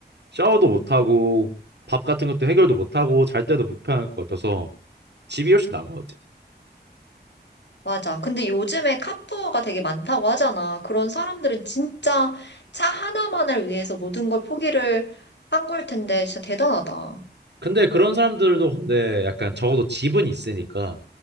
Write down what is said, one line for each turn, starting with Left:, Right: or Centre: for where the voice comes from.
Right: 샤워도 못 하고, 밥 같은 것도 해결도 못 하고, 잘 때도 불편할 것 같아서, 집이 훨씬 나은 것 같아.
Left: 맞아. 근데 요즘에 카푸어가 되게 많다고 하잖아. 그런 사람들은 진짜 차 하나만을 위해서 모든 걸 포기를 한 걸 텐데 진짜 대단하다.
Right: 근데 그런 사람들도 근데 약간 적어도 집은 있으니까